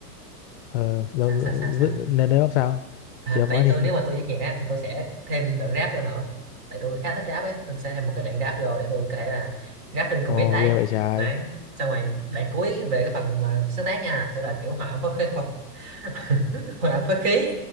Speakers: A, on the left; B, on the right.
A: ờ, giống
B: sao sao sao sao
A: với- nên nếu ông sao
B: à,
A: thì ông
B: tại
A: nói
B: vì tôi
A: đi
B: nếu mà tôi viết nhạc á thì tôi sẽ thêm đoạn rap vô nữa tại tôi khá thích rap ấy tôi sẽ thêm một cái đoạn rap vô để tôi có thể là rap trên
A: <laughs>
B: con
A: ồ
B: beat đấy
A: ghê vậy trái
B: đấy xong rồi đoạn cuối về cái phần mà sáng tác nha sẽ là kiểu hòa âm phối khí <laughs> hòa âm phối khí